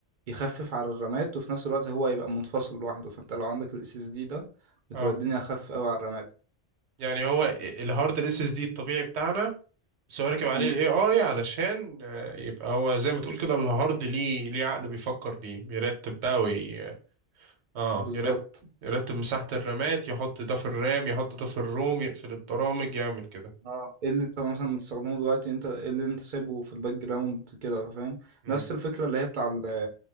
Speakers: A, on the right; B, on the right.
A: يخفف على الرامات وفي نفس الوقت هو يبقى منفصل لوحده فانت لو عندك الاس اس دي ده بتبقى
B: اه
A: الدنيا اخف قوي على الرامات
B: يعني هو الهارد الاس اس دي الطبيعي بتاعنا بس هو راكب عليه
A: مم،
B: الاي اي علشان آه، يبقى هو زي ما تقول كده الهارد ليه ليه عقل بيفكر بيه بيرتب بقى وي... اه
A: بالظبط
B: يرتب يرتب مساحة الرامات يحط ده في الرام يحط ده في الروم يقفل البرامج يعمل كده
A: اه ايه اللي انت مثلا بتستخدمه دلوقتي انت ايه اللي انت سايبه في الباك جراوند كده فاهم
B: امم
A: نفس الفكره اللي هي بتاع ال-